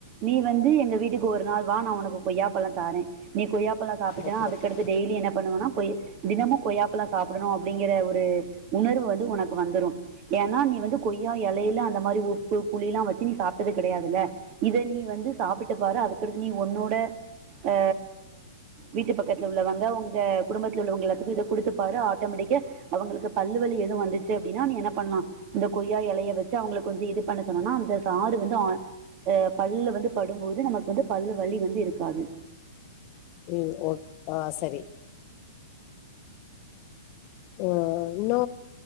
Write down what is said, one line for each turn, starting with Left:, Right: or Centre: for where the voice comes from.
Right: நீ வந்து எங்க வீட்டுக்கு ஒரு நாள் வா நா ஒனக்கு கொய்யா பழ தாறே நீ கொய்யாப்பழ சாப்பிட்டனா
Left: ஓகே
Right: அதுக்கடுத்து
Left: ஓகே
Right: டெய்லி என்ன பண்ணுவனா கொய் தினமு கொய்யப்பழ சாப்புடணு அப்பிடிங்குற ஒரு ஒரு உணர்வு வந்து ஒனக்கு வந்துரு ஏன்னா நீ வந்து கொய்யா எலையில அந்த மாரி உப்பு புளி எல்லா வச்சு நீ சாப்ட்டது கெடையாதுல்ல இத நீ வந்து சாப்பிட்டு பாரு அதுக்கடுத்து நீ ஒன்னோட ஆ வீட்டு பக்கத்துல உள்ளவங்க உங்க குடும்பத்துல உள்ளவங்க எல்லாத்துக்கு இத குடுத்து பாரு ஆட்டோமெட்டிக்கா அவங்களுக்கு பல்லு வலி எது வந்துச்சு அப்டின்னா நீ என்ன பண்லா இந்த கொய்யா எலைய வச்சு அவங்ளுக்கு கொஞ்சோ இது பண்ண சொ சொன்னோனா அந்த சாறு வந்து அ பல்ல வந்து படும்போது நமக்கு வந்து பல்லு வலி வந்து இருக்காது
Left: ம் ஓ ஆ சரி ஆ இன்னு